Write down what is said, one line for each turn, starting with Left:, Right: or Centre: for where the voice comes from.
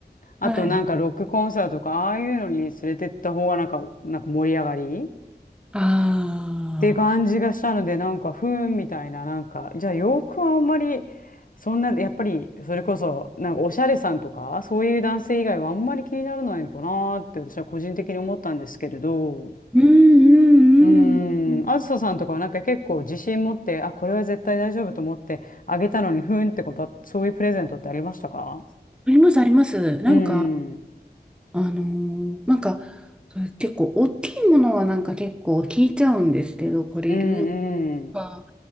Left: あとなんかロックコンサートとかああいうのに連れてった方がなんか、
Centre: はい。あ
Left: なんか盛り上がりっ
Centre: あ。
Left: て感じがしたのでなんかふーんみたいななんかじゃあ洋服はあんまりそんなやっぱりそれこそなんかおしゃれさんとかそういう男性以外はあんまり気にならないのかなーって私は個人的に思ったんですけれど。
Centre: うんうんうんうん。
Left: うーん、あずささんとかはなんか結構自信持って、あ、これは絶対大丈夫と思ってあげたのに、ふーんってことは、そういうプレゼントってありましたか
Centre: あります、あります。なんか、
Left: うん、うん、
Centre: あのーなんか、そういう結構大きいものはなんか結構聞いちゃうんですけど、これいる
Left: うん、
Centre: か、